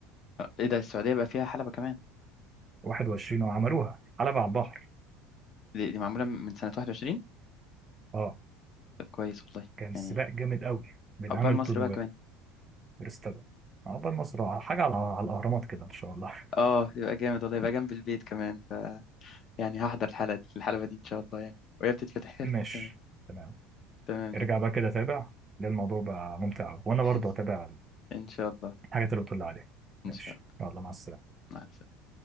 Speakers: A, on the left (about 45°); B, on the right (about 25°).
A: آه، ايه ده السعودية بقى فيها حلبة كمان
B: 21 اه عملوها حلبة على البحر
A: دي, دي معمولة من سنة 21
B: اه
A: طب كويس والله
B: كان
A: يعني
B: سباق جامد قوي بين
A: عقبال
B: هامilton
A: مصر بقى كمان
B: وفيرستابن عقبال مصر اه، حاجه على على الاهرامات كده ان شاء الله
A: اه يبقى جامد والله يبقى جنب البيت كمان ف يعني هحضر الحلقة دي الحلبة دي ان شاء الله يعني وهي بتتفتح
B: <laughs>
A: <laughs>
B: ماشي
A: كمان
B: تمام
A: تمام
B: ارجع
A: جدا
B: بقى كده تابع لان الموضوع بقى ممتع أوي. وانا
A: <laughs>
B: برضه اتابع
A: ان شاء الله
B: الحاجات اللي قلت لي عليها
A: ان
B: ماشي
A: شاء الله
B: يلا مع السلامه
A: مع السلامة